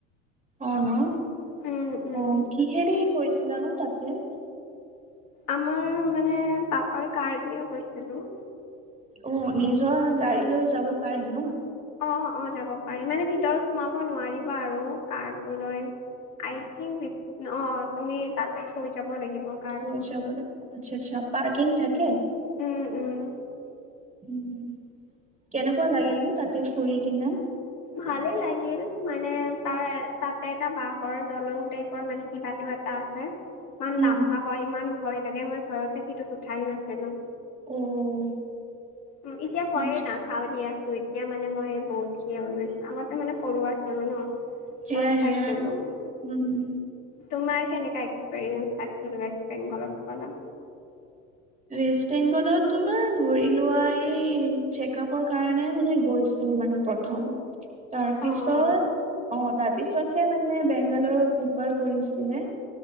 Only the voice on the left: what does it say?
উম, উম,
আমাৰ মানে পাপাৰ কাৰ দিয়ে গৈছিলোঁ।
অ', অ' যাব পাৰি মানে ভিতৰত সোমাব নোৱাৰিবা আৰু কাৰটো লৈ। আই থিংক দি, অ' তুমি তাতে থৈ যাব লাগিব। কাৰটো।
উম, উম।
ভালে লাগিল, মানে তাৰ তাতে এটা বাঁহৰ দলং টাইপৰ মানে কিবাটো এটা আছে, ইমান
লামভা হয়, ইমান ভয় লাগে, মই ভয়তে সেইটোত উঠাই নাছিলো।
উ, এতিয়া ভয়ে
নাখাওঁ দিয়াচোই। এতিয়া মানে মই বহুত খি হৈ গৈছোঁ। আগতে মানে সৰু আছিলো ন'।
ভয় খাইছিলো
তোমাৰ কেনেকা এক্সপিৰিয়েঞ্চ, তাক ৱেষ্ট বেংগলত গ'লা।
অ',